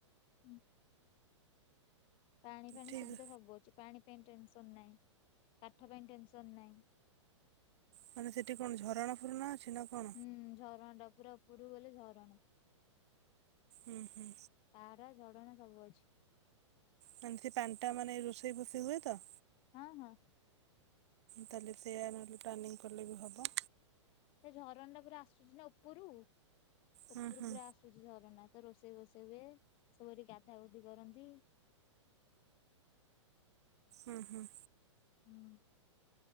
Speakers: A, on the left; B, on the right.
A: ହ <inaudible> ପାଣି ଫାଣି
B: ଠିକ୍
A: ସୁବିଧା ସବୁ ଅଛି ପାଣି ପାଇଁ ଟେନସନ ନାଇଁ କାଠ ପାଇଁ ଟେନସନ ନାଇଁ।
B: ମାନେ ସେଠି କଣ ଝରଣା ଫରଣା ଅଛି ନା କଣ?
A: ହୁଁ ଝରଣ ଟା ପୁରା ଉପୁରୁକୁ ଗଲେ ଝରଣା।
B: ଉଁ ହୁଁ।
A: ପାହାଡ଼ ଝରଣା ସବୁ ଅଛି।
B: ମାନେ ସେ ପାଣ୍ଟା ମାନେ ରୋଷେଇ ଫୋଷେଇ ହୁଏ ତ?
A: ହଁ ହଁ।
B: ତାହେଲେ ସେୟା ନହେଲେ ଟାର୍ନିଂ କଲେ ବି ହବ।
A: ସେ ଝରଣା ଟା ପୁରା ଆସୁଛି ନା ଉପୁରୁ
B: ହୁଁ
A: ଓପୁରୁ
B: ହୁଁ।
A: ପୁରା ଆସୁ ସୁଚି ଝରଣା ତ ରୋଷେଇ ବୋଷେଇ ହୁଏ ସବୁ ଏଠି ଗାଧା ଉଧି କରନ୍ତି।
B: ଉଁ ହୁଁ।
A: ହୁଁ।